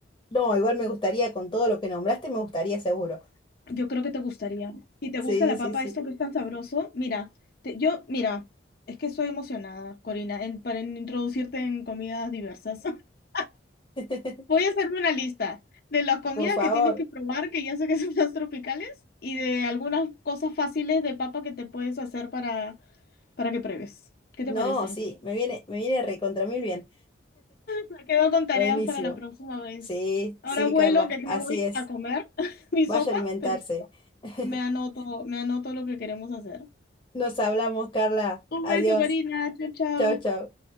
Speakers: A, on the left (about 25°); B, on the left (about 50°).
A: No, igual me gustaría, con todo lo que nombraste, me gustaría seguro.
B: Yo creo que te gustaría. Si te
A: Sí,
B: gusta la
A: sí,
B: papa,
A: sí.
B: esto que es tan sabroso, mira, te- yo, mira, es que estoy emocionada, Corina, en- para introducirte en comidas diversas. <laughs>
A: <laughs>
B: Voy a hacerme una lista de las comidas
A: Por favor.
B: que tienes que probar, que ya sé que <laughs> son las tropicales, y de algunas cosas fáciles de papa que te puedes hacer para, para que pruebes. ¿Qué
A: No,
B: te parece?
A: sí, me viene, me viene recontra mil bien.
B: Me quedo con tareas
A: Buenísimo.
B: para la próxima vez.
A: Sí,
B: Ahora
A: sí,
B: Sí. vuelo
A: Carla,
B: que me
A: así
B: voy
A: es.
B: a comer <laughs> mi
A: Vaya
B: sopa,
A: a alimentarse.
B: pero
A: <laughs>
B: me anoto, me anoto lo que queremos hacer.
A: Nos hablamos, Carla.
B: Un
A: Adiós.
B: beso, Corina. Chao, chao.
A: Chau, chau.